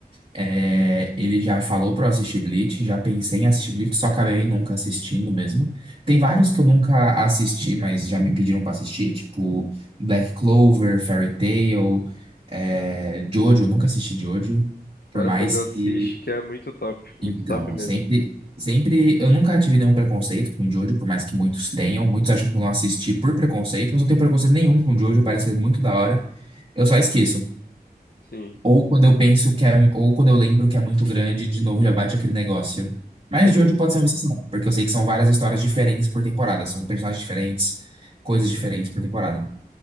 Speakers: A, on the right (about 40°); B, on the left (about 75°).
A: É, ele já falou pra eu assistir Bleach, já pensei em assistir Bleach, só acabei nunca assistindo mesmo. Tem vários que eu nunca assisti, mas já me pediram pra assistir, tipo Black Clover, Fairy Tail, é, Jojo, eu nunca assisti Jojo, por
B: Cara,
A: mais
B: pois assiste,
A: que.
B: que é muito top. Muito
A: Então,
B: top mesmo.
A: sempre, sempre. Eu nunca tive nenhum preconceito com Jojo, por mais que muitos tenham. Muitos acham que eu não assisti por preconceito, mas eu não tenho preconceito nenhum com Jojo, parece ser muito da hora. Eu só esqueço.
B: Sim.
A: Ou quando eu penso que é, ou quando eu lembro que é muito grande, de novo já bate aquele negócio. Mas
B: <laughs>
A: Jojo pode ser uma exceção, porque eu sei que são várias histórias diferentes por temporada, são personagens diferentes, coisas diferentes por temporada.